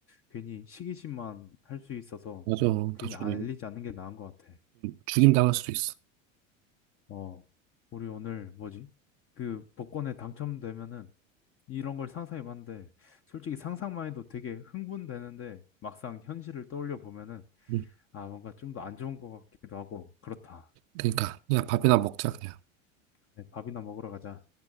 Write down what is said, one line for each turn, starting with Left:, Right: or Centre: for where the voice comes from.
Left: 괜히 시기심만 할 수 있어서
Right: 맞아.
Left: 괜히
Right: 나중에
Left: 안 알리지 않는 게 나은 것 같아.
Right: 죽임 당할 수도 있어.
Left: 어, 우리 오늘 뭐지? 그 복권에 당첨되면은 이런 걸 상상해봤는데 솔직히 상상만 해도 되게 흥분되는데 막상 현실을 떠올려 보면은
Right: 응.
Left: 아, 뭔가 좀 더 안 좋은 것 같기도 하고 그렇다.
Right: 그러니까 그냥 밥이나 먹자 그냥.
Left: 네, 밥이나 먹으러 가자.